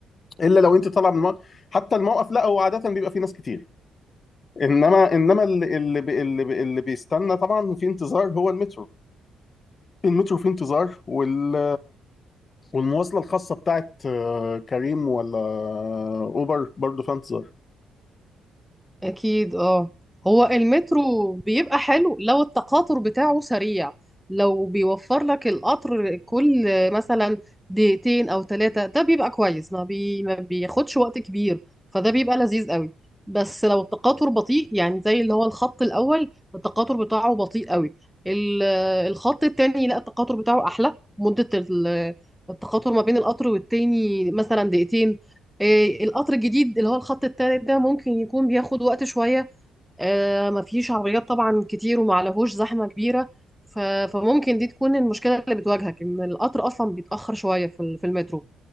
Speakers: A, on the left (about 35°); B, in the centre.
A: الا لو انت طالع من الموقف حتى الموقف لا هو عاده بيبقى فيه ناس كتير انما انما اللي اللي بي- اللي, بي- اللي بيستنى طبعا في انتظار هو المترو المترو في انتظار وال... والمواصلة الخاصة بتاعت آه، كريم ولا أوبر برضو فانتظر
B: أكيد اه هو المترو بيبقى حلو لو التقاطر بتاعه سريع لو بيوفر لك القطر كل مثلا دقيقتين أو ثلاثة ده بيبقى كويس ما, بي... ما بياخدش وقت كبير فده بيبقى لذيذ قوي بس لو التقاطر بطيء يعني زي اللي هو الخط الأول التقاطر بتاعه بطيء قوي ال- الخط التاني لا التقاطر بتاعه أحلى مدة ال- التقاطر ما بين القطر والتاني مثلا دقيقتين إيه، القطر الجديد اللي هو الخط التالت ده ممكن يكون بياخد وقت شوية آه، مفيش عربيات طبعا كتير ومعلهوش زحمة كبيرة ف- فممكن دي تكون المشكلة اللي بتواجهك إن القطر أصلا بيتأخر شوية في ال- في المترو